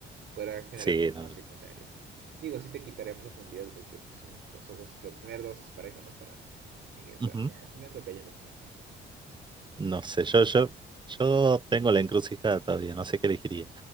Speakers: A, on the right; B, on the right.
A: Podrá generar
B: sí,
A: problemas
B: no,
A: secundarios. Digo, sí te quitaría profundidad porque pues un- los ojos, lo- tener dos es para eso, ¿no? Para distinguir,
B: ujú,
A: pero ya, si me ando cayendo, pues ya no.
B: no sé, yo, yo, yo tengo la encrucijada todavía, no sé qué elegiría,